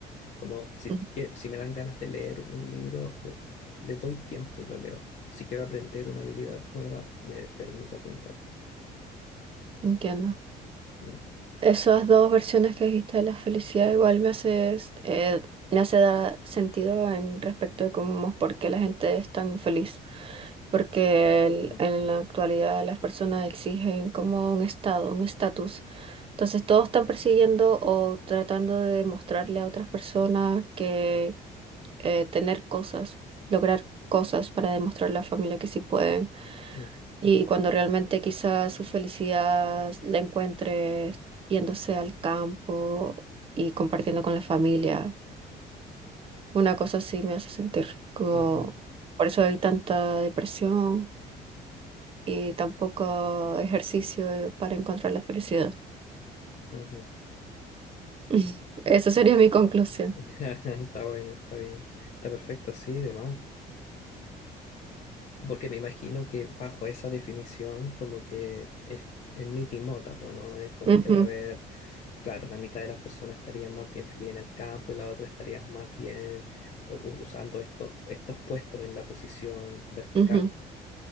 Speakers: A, on the left; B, on the right.
A: Como si,
B: Ujú,
A: que- si me dan ganas de leer un libro, de- le doy tiempo y lo leo. Si quiero aprender una habilidad nueva, me permito aprenderla.
B: Entiendo.
A: Mm,
B: Esas dos versiones que dijiste de la felicidad igual me hace, s- eh, me hace dar sentido en respecto de cómo, por qué la gente es tan infeliz. Porque el-
A: mm,
B: en la actualidad las personas exigen como un estado, un estatus. Entonces todos están persiguiendo o tratando de demostrarle a otras personas que eh, tener cosas, lograr cosas para demostrarle a la familia que sí pueden.
A: mm,
B: Y cuando realmente quizás su felicidad la encuentre yéndose al campo y compartiendo con la familia. Una cosa así me hace sentir como
A: ujú,
B: por eso hay tanta depresión y tan poco ejercicio para encontrar la felicidad.
A: ujú.
B: <laughs> Esa sería mi conclusión.
A: <laughs> Está bueno, está bien. Está perfecto, sí, demás. Porque me imagino que bajo esa definición, como que es, es mitimota, po, ¿no? Es como
B: Ujú,
A: que va a haber, claro, la mitad de las personas estarían más bien feliz en el campo y la otra estaría más bien u- usando estos, estos puestos en la posición vertical.
B: ujú,